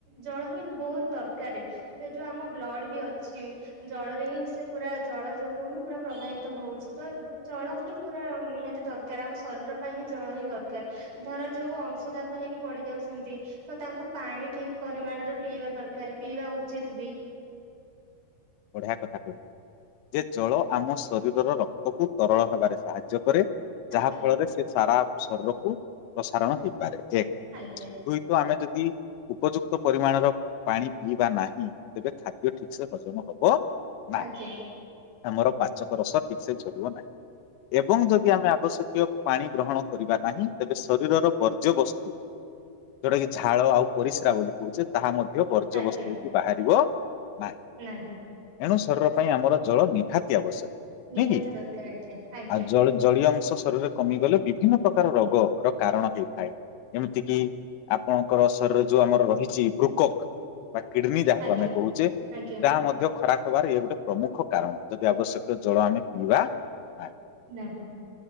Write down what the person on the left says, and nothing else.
ବଢିଆ କଥା କହିଲ। ଯେ ଜଳ ଆମ ଶରୀରର ରକ୍ତକୁ ତରଳ ହେବାରେ ସାହାଯ୍ୟ କରେ। ଯାହା
ଫଳରେ ସେ ସାରା ଶରୀରକୁ ପ୍ରସାରଣ ହେଇପାରେ ଏକ
ଦୁଇ ତ ଆମେ ଯଦି ଉପଯୁକ୍ତ ପରିମାଣର ପାଣି ପିଇବା ନାହିଁ ତେବେ ଖାଦ୍ୟ ଠିକସେ ହଜମ ହବ ହବ ନାହିଁ
ଆମର ପାଚକ ରସ ଠିକ ସେ ଝରିବ ନାହିଁ। ଏବଂ ଯଦି ଆମେ ଆବଶ୍ୟକୀୟ ପାଣି ଗ୍ରହଣ କରିବା ନାହିଁ ତେବେ ଶରୀରର ବର୍ଜ୍ୟ ବସ୍ତୁ ଯୋଉଟା କି ଝାଳ ଆଉ। ପରିସ୍ରା ବୋଲି କହୁଛେ ତାହା ମଧ୍ୟ ବର୍ଜ୍ୟବସ୍ତୁ
ହେଇକି ବାହାରିବ ନାହିଁ।
ଏଣୁ ଶରୀର ପାଇଁ ଆମର ଜଳ ନିହାତି ଆବଶ୍ୟକ।
ନ। କି
ଆଉ ଜ ଜଳୀୟ ଅଂଶ ଶରୀରେ କମିଗଲେ ବିଭିନ୍ନ ପ୍ରକାର ରୋଗର କାରଣ ହେଇଥାଏ। ଏମିତି କିି ଆପଣଙ୍କର ଶରୀର ଯୋଉ ଆମର ରହିଛି ବୃକକ୍। ବା କିଡନୀ ଯାହାକୁ
ଆମେ କହୁଛେ।
ତାହା ମଧ୍ୟ ଖରାପ ହବାର ଇଏ ଗୋଟେ ପ୍ରମୁଖ କାରଣ ଯଦି ଆବଶ୍ୟକୀୟ ଜଳ ଆମେ ପିଇବା ନାହିଁ।